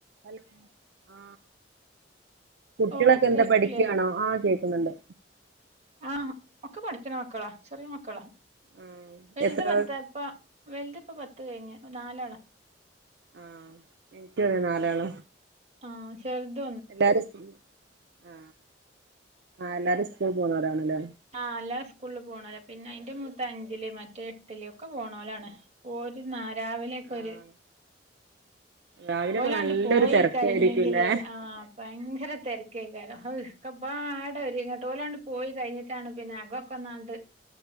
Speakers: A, on the right; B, on the right.
A: Hello ആ കുട്ടികളൊക്കെ
B: ഓ കേക്കില്ലേ
A: എന്താ പഠിക്കുവാണോ ആഹ് കേക്ന്ന്ണ്ട്
B: ആഹ ഒക്കെ പഠിക്കണ മക്കളാ ചെറിയ മക്കളാ
A: ആഹ്
B: വെല്ത്
A: എത്ര
B: പത്ത്പ്പ വലുതിപ്പ പത്ത് കഴിഞ്ഞ് നാലാള
A: ആഹ്‌ എനിക്കതെ നാലാള
B: ആഹ്‌ ചർത്
A: എല്ലാരും ആ ആഎല്ലാരും സ്കൂൾ പോണോരാണല്ലേ
B: ആഹ് അല്ലാ സ്കൂളിൽ പോണോലാ പിന്നെ അയിന്റെ മൂത്ത അഞ്ചില് മറ്റെ എട്ടില് ഒക്കെ പോണോലാണ് ഓല് നാ രാവിലെ ഒക്കൊര്
A: ആഹ് രാവിലൊക്കെ
B: ഓലാണ്ട്
A: നല്ലൊരു
B: പോയി
A: തിരക്കായിരിക്കുംല്ലേ
B: കഴിഞ്ഞെങ്കിലെ ആഹ്‌ ഭയങ്കര തെരക്ക്‌ കേകരം അഹ് ഒക്കപ്പാടങ്ങട്ട് ഒരുര് ഇങ്ങട്ട് ഓലാണ്ട് പോയി കഴിഞ്ഞിട്ടാണ് പിന്നെ അകക്കൊന്നങ്ങട്ട് ഒന്നാണ്ട്